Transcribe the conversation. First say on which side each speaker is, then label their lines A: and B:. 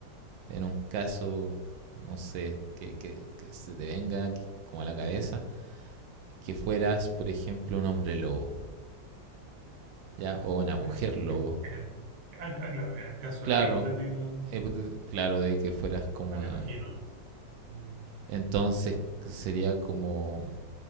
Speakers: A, on the right (about 80°); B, on the right (about 40°).
A: en un caso, no sé, que, que- que se te venga aquí como a la cabeza, que fueras, por ejemplo, un hombre lobo, ¿ya? O
B: Mm.
A: una mujer
B: En el,
A: lobo.
B: en, en el, ah, ah, claro, en el caso
A: Claro,
B: hipotético,
A: hipote- claro, de que fueras como...
B: me lo
A: eh,
B: imagino. Mm,
A: Entonces sería como